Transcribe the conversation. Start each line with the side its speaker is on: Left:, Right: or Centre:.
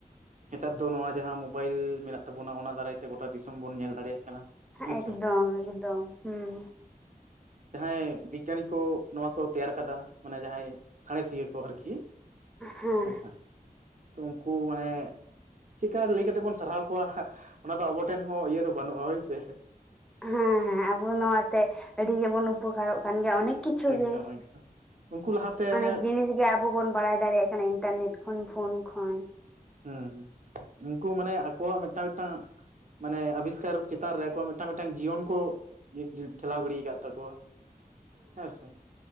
Right: ᱱᱮᱛᱟᱨ ᱫᱚ ᱱᱚᱣᱟ ᱡᱟᱦᱟᱸ ᱢᱳᱵᱟᱭᱤᱞ ᱢᱮᱱᱟᱜ ᱛᱟᱵᱚᱱᱟ᱾ ᱚᱱᱟ ᱫᱟᱨᱟᱭ ᱛᱮ ᱜᱚᱴᱟ ᱫᱤᱥᱚᱢ ᱵᱚᱱ ᱧᱮᱞ ᱫᱟᱲᱮᱭᱟᱜ ᱠᱟᱱᱟ᱾ ᱦᱮᱸᱥᱮ
Centre: ᱮᱠᱫᱚᱢ ᱮᱠᱫᱚᱢ ᱦᱮᱸ
Right: ᱡᱟᱦᱟᱸᱭ ᱵᱤᱜᱽᱜᱟᱱᱤ ᱠᱚ ᱱᱚᱣᱟ ᱠᱚ ᱛᱮᱭᱟᱨ ᱠᱟᱫᱟ ᱚᱱᱟ ᱡᱟᱦᱟᱸᱭ ᱥᱟᱬᱮᱥᱤᱭᱟᱹ ᱠᱚ ᱟᱨ ᱜᱷᱤ
Centre: ᱦᱮᱸ
Right: ᱟᱪᱪᱷᱟ ᱩᱱᱠᱩ ᱢᱟᱱᱮ ᱪᱤᱠᱟ ᱞᱟᱹᱭ ᱠᱟᱛᱮ ᱵᱚᱱ ᱥᱟᱨᱦᱟᱣ ᱠᱚᱣᱟ ᱦᱟ ᱚᱱᱟ ᱫᱚ ᱟᱵᱚ ᱴᱷᱮᱱ ᱦᱚᱸ ᱤᱭᱟᱹ ᱫᱚ ᱵᱟᱹᱱᱩᱜᱼᱟ ᱵᱩᱡᱷᱟᱹᱣ
Centre: ᱦᱮᱸ ᱦᱮᱸ ᱟᱵᱚ ᱱᱚᱣᱟᱛᱮ ᱟᱹᱰᱤ ᱜᱮᱵᱚᱱ ᱩᱯᱚᱠᱟᱨᱚᱜ ᱠᱟᱱ ᱜᱮᱭᱟ ᱚᱱᱮ ᱠᱤᱪᱷᱩ
Right: ᱮᱠᱫᱚᱢ
Centre: ᱜᱮ᱾
Right: ᱮᱠᱫᱚᱢ ᱩᱱᱠᱩ ᱞᱟᱦᱟᱛᱮ
Centre: ᱚᱱᱮᱠ
Right: ᱚᱱᱮ
Centre: ᱡᱤᱱᱤᱥ ᱜᱮ ᱟᱵᱚ ᱵᱚᱱ ᱵᱟᱲᱟᱭ ᱫᱟᱲᱮᱭᱟᱜ ᱠᱟᱱᱟ ᱤᱱᱴᱟᱨᱱᱮᱴ ᱠᱷᱚᱱ ᱯᱷᱳᱱ ᱠᱷᱚᱱ᱾
Right: ᱦᱩᱸ ᱦᱩᱸ ᱩᱱᱠᱩ ᱢᱟᱱᱮ ᱟᱠᱚᱣᱟᱜ ᱢᱤᱫᱴᱟᱝ ᱢᱤᱫᱴᱟᱝ ᱢᱟᱱᱮ ᱟᱵᱤᱥᱠᱟᱨ ᱪᱮᱛᱟᱱ ᱨᱮ ᱟᱠᱚᱣᱟᱜ ᱢᱤᱫᱴᱟᱝ ᱢᱤᱫᱴᱟᱱ ᱡᱤᱭᱚᱱ ᱠᱚ ᱤᱭᱟᱹᱜ ᱡᱩ ᱴᱷᱮᱞᱟᱣ ᱜᱤᱰᱤ ᱟᱠᱟᱫ ᱛᱟᱠᱚᱣᱟ᱾ ᱦᱮᱸ ᱥᱮ᱾